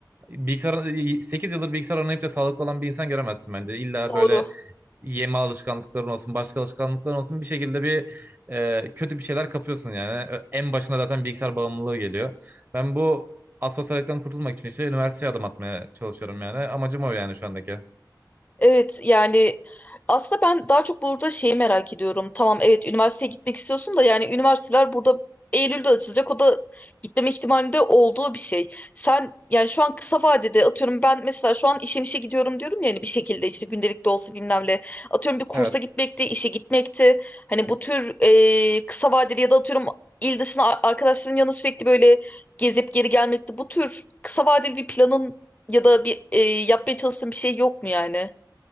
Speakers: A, on the right (about 30°); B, on the left (about 20°).
A: bilgisayar 8 yıldır bilgisayar oynayıp da sağlıklı olan bir insan göremezsin bence. İlla
B: Doğru.
A: böyle yeme alışkanlıkların olsun, başka alışkanlıkların olsun bir şekilde bir e, kötü bir şeyler kapıyorsun yani. Ö- En başına zaten bilgisayar bağımlılığı geliyor. Ben bu asosyalikten kurtulmak için işte üniversiteye adım atmaya çalışıyorum yani. Amacım o yani şu andaki.
B: Evet yani aslında ben daha çok burada şeyi merak ediyorum. Tamam evet üniversiteye gitmek istiyorsun da yani üniversiteler burada Eylül'de açılacak. O da gitmeme ihtimalinde olduğu bir şey. Sen yani şu an kısa vadede atıyorum ben mesela şu an işe işe gidiyorum diyorum ya hani bir şekilde işte gündelik de olsa bilmem ne. Atıyorum bir kursa
A: Evet.
B: gitmekti, işe gitmekti. Hani bu tür e, kısa vadeli ya da atıyorum il dışına ar- arkadaşların yanına sürekli böyle gezip geri gelmekti. Bu tür kısa vadeli bir planın ya da bir e, yapmaya çalıştığın bir şey yok mu yani?